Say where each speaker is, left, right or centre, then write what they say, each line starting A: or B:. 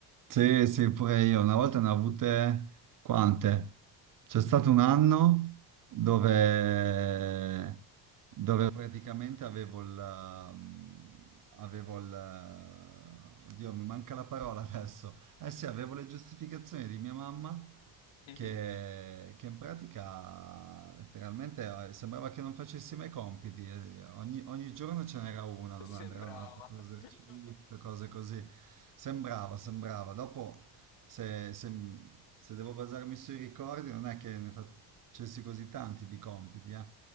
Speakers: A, on the right; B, on the left.
A: sì, sì, pure io, una volta ne ho avute quante? C'è stato un anno dove
B: <laughs>
A: dove praticamente avevo il... mm, avevo il... Oddio, mi manca la parola adesso. Eh sì, avevo le giustificazioni di mia mamma
B: Mhm.
A: che, che in pratica letteralmente eh, sembrava che non facessi mai compiti. eh, Ogni, ogni giorno ce n'era una, non
B: Sembrava.
A: andrà, non ha fatto
B: <laughs>
A: esercizio, cose così. Sembrava, sembrava. Dopo se, se- se devo basarmi sui ricordi, non è che ne facessi così tanti di compiti, eh.